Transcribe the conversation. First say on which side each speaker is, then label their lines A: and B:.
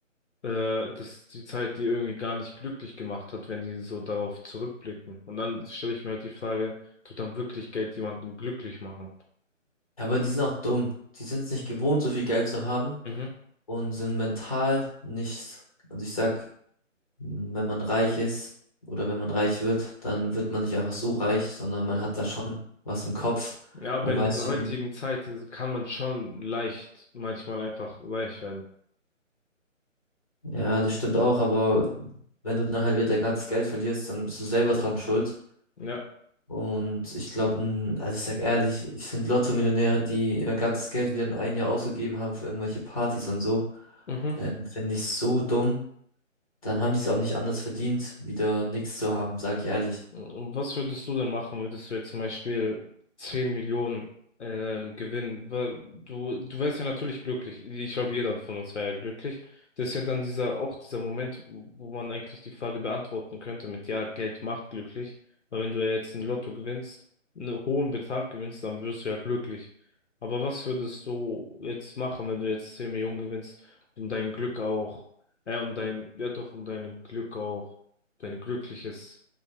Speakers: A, on the left; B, on the left.
A: äh, dass die Zeit die irgendwie gar nicht glücklich gemacht hat, wenn die so darauf zurückblicken. Und dann stelle ich mir halt die Frage, tut dann wirklich Geld jemanden glücklich machen?
B: Ja, Aber die sind auch dumm. Die sind es nicht gewohnt, so viel Geld zu haben
A: Mhm.
B: und sind mental nicht. Also ich sag, wenn man reich ist oder wenn man reich wird, dann wird man nicht einfach so reich, sondern man hat da schon was im Kopf
A: Ja, aber
B: und
A: in
B: weiß,
A: dieser heutigen
B: wie-
A: Zeit äh, kann man schon leicht, manchmal einfach weich werden.
B: ja, das stimmt auch, aber wenn du dann halt wieder dein ganzes Geld verlierst, dann bist du selber dran schuld.
A: Ja.
B: Und ich glaube, also ich sag ehrlich, ich finde Lotto-Millionäre, die ihr ganzes Geld wieder in ein Jahr ausgegeben haben für irgendwelche Partys und so,
A: Mhm.
B: ähm, finde ich so dumm. Dann haben die es auch nicht anders verdient, wieder nichts zu haben, sage ich ehrlich.
A: Was würdest du denn machen, würdest du jetzt zum Beispiel 10 Millionen ähm, gewinnen? Wa- Du, du wärst ja natürlich glücklich. Ich glaube, jeder von uns wäre ja glücklich. Das ist ja dann dieser, auch dieser Moment, wo wo man eigentlich die Frage beantworten könnte mit, ja, Geld macht glücklich. Weil wenn du ja jetzt ein Lotto gewinnst, einen hohen Betrag gewinnst, dann wirst du ja glücklich. Aber was würdest du jetzt machen, wenn du jetzt 10 Millionen gewinnst, um dein Glück auch, äh, um dein, ja doch, um dein Glück auch, dein glückliches